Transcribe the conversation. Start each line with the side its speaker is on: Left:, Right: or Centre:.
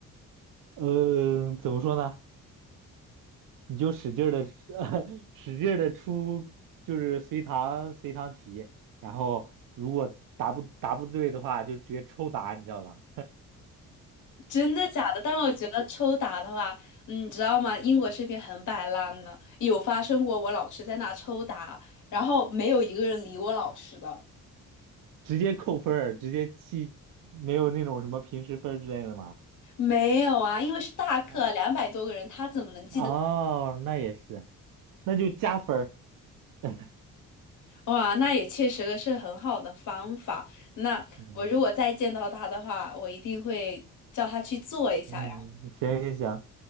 Right: 嗯，怎么说呢？你就使劲的 <laughs> 使劲的出，就是随堂随堂题，然后如果答不答不对的话，就直接抽答，你知道吧？
Left: 真的假的？但是我觉得抽打的话，嗯，你知道吗？英国这边很摆烂呢，有发生过我老师在那抽打，然后没有一个人理我老师的。
Right: 直接扣分儿，直接记，没有那种什么平时分儿之类的吗？
Left: 没有啊，因为是大课，
Right: 啊，
Left: 两百多个人，他怎么能记得？
Right: 哦，那也是，那就加分儿。<laughs>
Left: 哇，那也确实是很好的方法。那我如果再见到他的话，
Right: 嗯
Left: 我一定会叫他去做一下。
Right: 嗯，行行行，